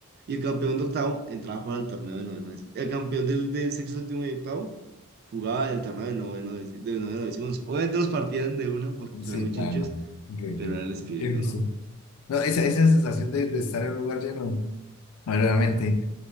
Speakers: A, on the right; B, on the left.
A: Y el campeón de octavo entraba a jugar al torneo de noveno, décimo. El campeón del, de sexto, séptimo y octavo jugaba en el torneo de noveno, décimo, de noveno, décimo, once. Obviamente los partían de una porque
B: Sí,
A: eran muy
B: claro.
A: chinchos,
B: Increíble.
A: pero era el espíritu,
B: Qué gusto.
A: ¿no?
B: No, esa, esa sensación de, de estar en un lugar lleno, verdaderamente.